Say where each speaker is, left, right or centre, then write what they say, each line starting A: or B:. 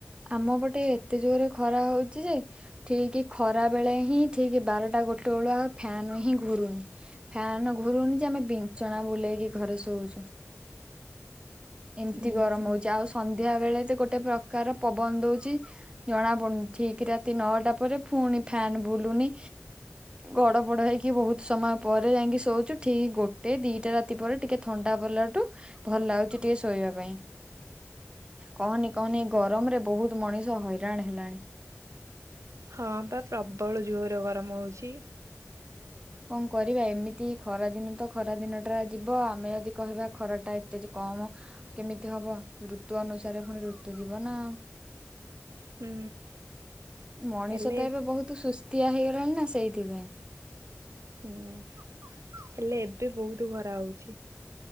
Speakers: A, on the right; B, on the right.
A: ଆମ ପଟେ ଏତେ ଜୋରରେ ଖରା ହଉଛି ଯେ ଠିକି ଖରା ବେଳେ ହିଁ ଠିକ ବାର ଟା ଗୋଟେ ବେଳୁ ଆଉ ଫ୍ୟାନ ହିଁ ଘୁରୁନି ଫ୍ୟାନ ଘୁରୁନି ଯେ ଆମେ ବିଞ୍ଚଣା ବୁଲେଇକି ଘରେ ଶୋ ଶୋଉଛୁ। ଏମିତି
B: ଉୁଁ
A: ଗରମ
B: ହୁଁ
A: ହଉଛି ଆଉ ସ ସନ୍ଧ୍ୟା ବେଳେ ତ ଗୋଟେ ପ୍ରକାର ପବନ ଦଉଛି ଜଣା ପଡୁନି ଠିକ ରାତି ନଅଟା ପରେ ଫୁଣି। ଫ୍ୟାନ ବୁଲୁନି ଗଡ ପଡ ହେଇକି ବହୁତ ସମୟ ପରେ ଯାଇଁକି ଶୋଉଛୁ ଠିକି ଗୋ ଟେ ଦିଟା ରାତି ପରେ ଟିକେ ଥଣ୍ଡା ପଇଲାଠୁ ଭଲ ଲାଗୁଛି ଟିକେ ଶୋଇବା ପାଇଁ। କହନି କହନି ଗରମରେ ବହୁତ ମଣିଷ ହଇରାଣ ହେଲାଣି।
B: ହଁ ପା ପ୍ରବଳ ଜୋରରେ ଗରମ ହଉଛି।
A: କଣ କରିବା ଏମିତି ଖରା ଦିନ ତ ଖରା ଦିନଟା ଯିବ ଆମେ ଯଦି କହିବା ଖରାଟା ଏତେ ଯେ କମ। କେମିତି ହବ ଋତୁ ଅନୁସାରେ ପୁଣି ଋତୁ ଯିବ ନା ଆଉ।
B: ହୁଁ।
A: ମଣିଷ
B: ହେଲେ
A: ତ ଏବେ ବହୁତ ସୁସ୍ତୀଆ ହେଇଗଲାଣି ନା ସେଇଥିପାଇଁ।
B: ହୁଁ ହେଲେ ଏବେ ବହୁତ ଖରା ହଉଛି।